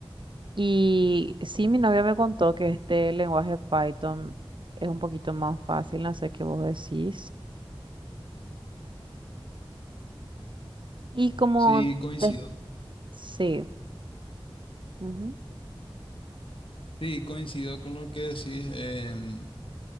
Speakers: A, on the right (about 60°); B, on the left (about 70°).
A: Y sí, mi novia me contó que este lenguaje Python es un poquito más fácil, no sé qué vos decís. Y como,
B: Sí, coincido.
A: te- sí, ujú,
B: Sí, coincido con lo que decís. em,